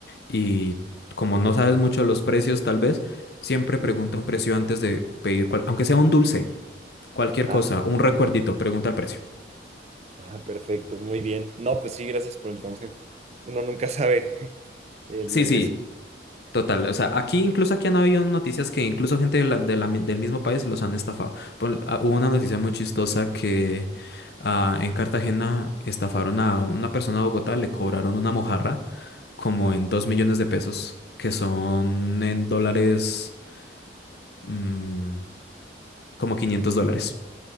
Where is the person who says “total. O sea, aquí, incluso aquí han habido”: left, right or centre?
Left